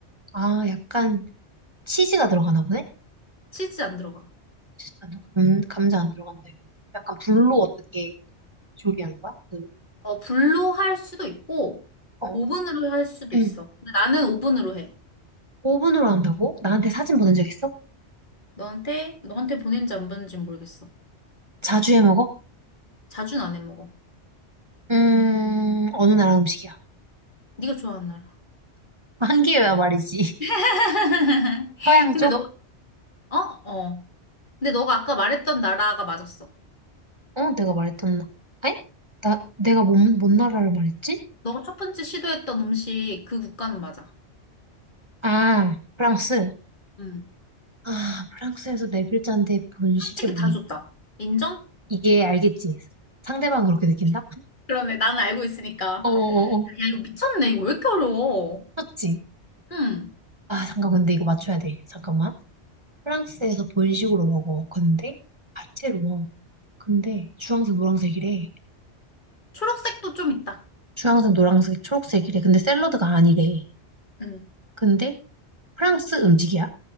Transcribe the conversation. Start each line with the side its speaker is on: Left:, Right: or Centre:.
Right: 아, 약간 치즈가 들어가나 보네?
Left: 치즈 안 들어가.
Right: 잠깐만, 감, 감자 안 들어간다, 이거. 약간 불로 어떻게 조리하는 거야? 그,
Left: 어, 불로 할 수도 있고
Right: 어.
Left: 오븐으로 할 수도
Right: <clears throat> 음.
Left: 있어. 근데 나는 오븐으로 해.
Right: 오븐으로 한다고? 나한테 사진 보낸 적 있어?
Left: 너한테 너한테 보낸지 안 보낸지 모르겠어.
Right: 자주 해 먹어?
Left: 자주는 안 해 먹어.
Right: 음, 어느 나라 음식이야?
Left: 네가 좋아하는 나라.
Right: 한기회야 말이지. <laughs>
Left: <laughs>
Right: 서양
Left: 근데
Right: 쪽?
Left: 너가 어? 어. 근데 너가 아까 말했던 나라가 맞았어.
Right: 어, 내가 말했던, 아니? 나, 내가 뭔, 뭔 나라를 말했지?
Left: 너가 첫 번째 시도했던 음식 그 국가는 맞아.
Right: 아, 프랑스.
Left: 음.
Right: 아, 프랑스에서 네 글자인데 본식이
Left: 솔직히
Right: 뭐야?
Left: 다 줬다. 인정?
Right: 이게 알겠지? 상대방 그렇게 느낀다?
Left: 그러네. 나는 알고 있으니까. 야,
Right: 어어어.
Left: 이거 미쳤네. 이거 왜 이렇게 어려워?
Right: 맞지?
Left: 응.
Right: 아, 잠깐, 근데 이거 맞춰야 돼. 잠깐만. 프랑스에서 본식으로 먹어. 근데, 야채로. 근데, 주황색, 노란색이래.
Left: 초록색도 좀 있다.
Right: 주황색, 노란색, 초록색이래. 근데 샐러드가 아니래.
Left: 응.
Right: 근데, 프랑스 음식이야.